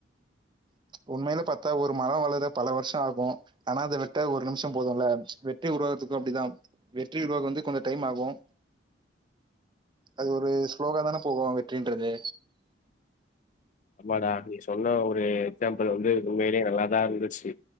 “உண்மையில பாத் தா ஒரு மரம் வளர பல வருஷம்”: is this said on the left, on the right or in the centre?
Right